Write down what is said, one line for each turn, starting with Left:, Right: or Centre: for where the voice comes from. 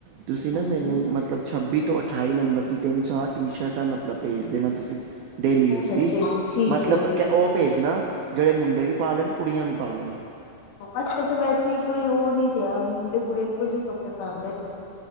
Right: ਤੁਸੀਂ ਨਾ
Left: ਹਾਂਜੀ।
Right: ਮੈਨੂੰ ਮਤਲਬ ਛੱਬੀ ਤੋਂ ਅਠਾਈ ਨੰਬਰ ਤਿੰਨ ਚਾਰ ਟੀ ਸ਼ਰਟਾਂ ਮਤਲਬ ਭੇਜ ਦੇਣਾ, ਤੁਸੀਂ। ਡੇਲੀ ਯੂਜ
Left: ਅੱਛਾ
Right: ਦੀ,
Left: ਜੀ ਠੀਕ
Right: ਮਤਲਬ
Left: ਹੈ ਠੀਕ
Right: ਕਿ ਉਹ ਭੇਜਣਾ ਜਿਹੜੇ ਮੁੰਡੇ ਵੀ ਪਾ ਲੈਣ ਕੁੜੀਆਂ ਵੀ ਪਾ ਲੈਣ।
Left: ਅੱਜ ਕੱਲ ਤਾਂ ਵੈਸੇ ਹੀ ਕੋਈ ਉਹ ਨੀ ਰਿਹਾ, ਮੁੰਡੇ ਕੁੜੀ ਇੱਕੋ ਜਿਹੇ ਕੱਪੜੇ ਪਾਉਦੇ ਨੇ।